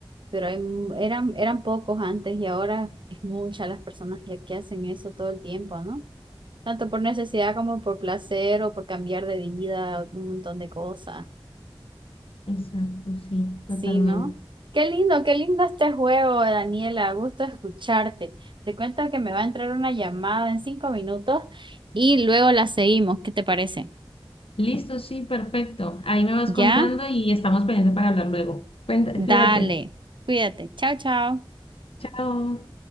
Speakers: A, on the right (about 60°); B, on the left (about 80°).
A: Pero hay mu- eran, eran pocos antes y ahora es muchas las personas que, que hacen eso todo el tiempo, ¿no? Tanto por necesidad como por placer o por cambiar de vida, un montón de cosas.
B: Exacto, sí,
A: Sí,
B: totalmente.
A: ¿no? Qué lindo, qué lindo este juego, Daniela. Gusto escucharte. Te cuento que me va a entrar una llamada en cinco minutos y luego la seguimos. ¿Qué te parece?
B: Listo, sí, perfecto. Ahí me vas
A: ¿Ya?
B: contando y estamos pendientes para hablar luego. Cuenta,
A: Dale,
B: cuídate.
A: cuídate. Chao, chao.
B: Chao.